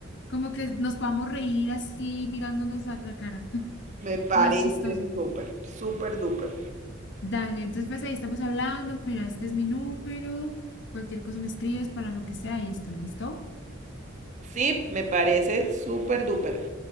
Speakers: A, on the left; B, on the right.
A: como que nos podamos reír así mirándonos a la cara. <laughs>
B: Me parece
A: Más chistoso.
B: súper, súper duper.
A: Dale, entonces pues ahí estamos hablando. Mira, este es mi número. Cualquier cosa me escribes para lo que sea y estoy listo.
B: Sí, me parece súper duper.